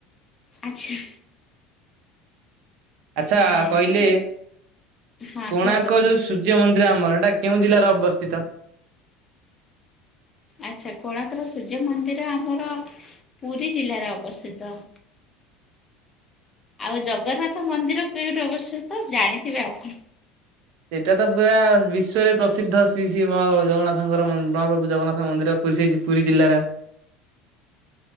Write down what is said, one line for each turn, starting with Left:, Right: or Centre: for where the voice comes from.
Left: ଆଚ୍ଛା।
Right: ଆଚ୍ଛା
Left: ହଁ
Right: କହିଲେ
Left: ହଁ
Right: କୋଣାର୍କ
Left: କୁହନ୍ତୁ।
Right: ଯୋଉ ସୁ ସୂଯ୍ୟ ମନ୍ଦିର ଆମର ହେଟା କେଉଁ ଜିଲ୍ଲାରେ ଅବସ୍ଥିତ।
Left: ଆଚ୍ଛା କୋଣାର୍କ ସୂର୍ଯ୍ୟ ମନ୍ଦିର ଆମର ପୁରୀ ଜିଲ୍ଲାରେ ଅବସ୍ଥିତ। ଆଉ ଜଗନ୍ନାଥ ମନ୍ଦିର କେଉଠି ଅବସ୍ଥିସ୍ତ ଜାଣିଥିବେ ଆପଣ।
Right: ଏଇଟା ତ ପୁରା ବିଶ୍ୱରେ ପ୍ରସିଦ୍ଧ ଶ୍ରୀ ଶ୍ରୀ ମହା ଜଗନ୍ନାଥଙ୍କର ମ୍ ମହାପ୍ରଭୁ ଜଗନ୍ନାଥଙ୍କ ମନ୍ଦିର ପୁରୀ ସେ ପୁରୀ ଜିଲ୍ଲାର